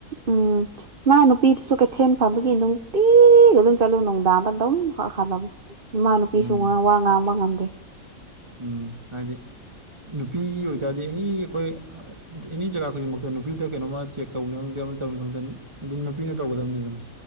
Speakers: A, on the right; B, on the right.
A: ꯎꯝ ꯃꯥ ꯅꯨꯄꯤꯗꯨꯁꯨ ꯀꯩꯊꯦꯜ ꯐꯝꯕꯒꯤ ꯅꯨꯡꯇꯤꯒ ꯑꯗꯨꯝ ꯆꯠꯂꯨ ꯅꯨꯡꯗꯥꯡꯗ ꯑꯗꯨꯝ ꯍꯜꯂꯛꯕ ꯃꯥꯢ ꯅꯨꯄꯤꯁꯨ
B: ꯎꯝ
A: ꯋꯥ ꯉꯥꯡꯕ ꯉꯝꯗꯦ
B: ꯎꯝ ꯍꯥꯏꯗꯤ ꯅꯨꯄꯤꯒꯤ ꯑꯣꯏꯇꯥꯔꯗꯤ ꯑꯦꯅꯤ ꯑꯩꯈꯣꯏ ꯑꯦꯅꯤ ꯖꯒꯥ ꯈꯨꯗꯤꯡꯃꯛꯇ ꯅꯨꯄꯤꯗ ꯀꯩꯅꯣꯃ ꯆꯦꯛ ꯇꯧꯅꯕꯒꯤ ꯇꯧꯅꯤ ꯈꯪꯗꯦ ꯑꯗꯨꯝ ꯅꯨꯄꯤꯅ ꯇꯧꯒꯗꯕꯅꯤꯗꯅ